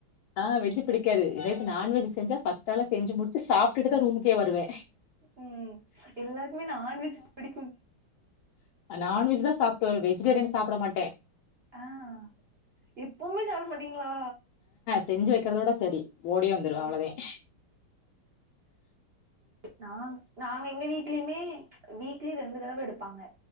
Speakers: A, on the left; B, on the right.
A: ஆ வெஜ் பிடிக்காது இதே நான்வெஜ் செஞ்சா பர்ஸ்ட்டால செஞ்சு முடிச்சு சாப்புட்டுட்டு தா ரூமுக்கே வருவேன்
B: உம் உம் எல்லாக்குமே நான்வெஜ் புடி
A: நான் வெஜ்தா சாப்டுவ வெஜிடேரியன் சாப்புட மாட்டேன்
B: ஆஹ் எப்பவுமே சாப்ட மாட்டீங்களா
A: செஞ்சி வைக்கிறதோட சரி ஓடியே வந்துருவேன்
B: ஓ
A: அவ்ளோதேன்
B: நா நாங்க எங்க வீட்லயுமே வீக்லி ரெண்டு தடவ எடுப்பாங்க